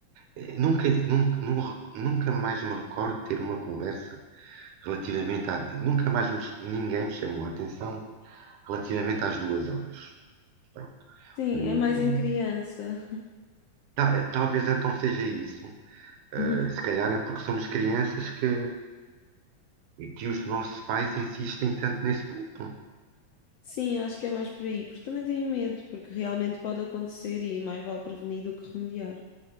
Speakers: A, on the right; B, on the left.
A: Eh, Nunca, nunca, nun- nunca mais me recordo de ter uma conversa relativamente a. Nunca mais me- ch- ninguém me chamou a atenção relativamente às duas horas. Pronto.
B: Sim,
A: O,
B: é mais em criança.
A: ta- talvez então seja isso. Eh,
B: <laughs>
A: se calhar é porque somos crianças que, que os nossos pais insistem tanto nesse ponto.
B: Sim, acho que é mais por aí, porque também tenho medo, porque realmente pode acontecer e mais vale prevenir do que remediar.